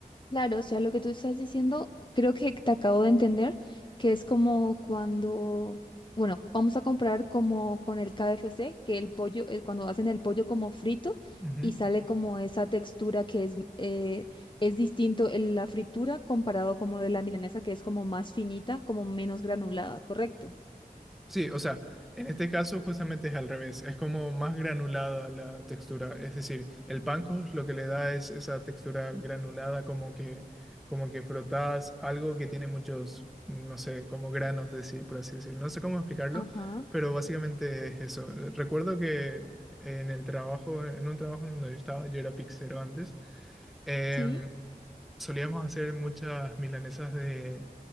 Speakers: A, on the left (about 30°); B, in the centre.
A: Claro, o sea, lo que tú estás diciendo, creo que te acabo de entender, que es como cuando, bueno, vamos a comprar como con el KFC, que el pollo, eh, cuando hacen el pollo como frito
B: Ujú.
A: y sale como esa textura que es, eh, es distinto en la fritura comparado como de la milanesa, que es como más finita, como menos granulada, ¿correcto?
B: Sí, o sea, en este caso justamente es al revés, es como más granulada la textura, es decir, el panko lo que le da es esa textura granulada como que como que frotas algo que tiene muchos, no sé, como granos de sí, por así decir No sé cómo explicarlo,
A: Ajá,
B: pero básicamente es eso. Recuerdo que en el trabajo, en un trabajo donde yo estaba, yo era pixero antes, em,
A: sí,
B: solíamos hacer muchas milanesas de,